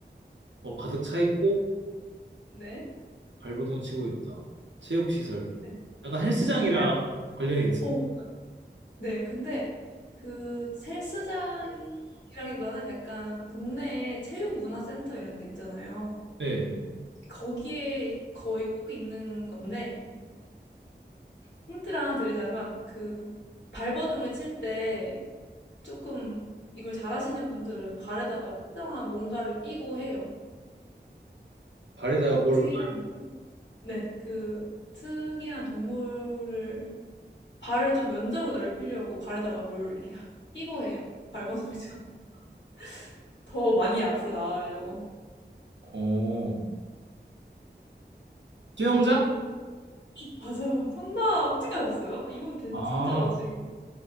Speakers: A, on the right; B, on the left.
A: 뭐 가득 차 있고
B: 네.
A: 발버둥 치고 있다. 체육시설.
B: 네.
A: 약간 헬스장이랑
B: 그 발
A: 관련이 있,
B: 어 네. 근데 그 헬스장이라기보다는 약간 그 동네에 체육문화센터 이런 데 있잖아요.
A: 네.
B: 거기에 거의 꼭 있는 건데 힌트를 하나 드리자면 그 발버둥을 칠 때 조금 이걸 잘하시는 분들은 발에다가 특정한 뭔가를 끼고 해요.
A: 발에다가 뭘,
B: 특이한 네. 그 특이한 동물을 발을 좀 면적을 넓히려고 발에다가 뭘 이렇게 하- 끼고 해요. 발버둥이처럼. <laughs> 더 많이 앞으로 나아가려고.
A: 어, 수영장?
B: 맞아요. 정답! 어떻게 아셨어요? 이건 된-
A: 아,
B: 진짜 맞추기.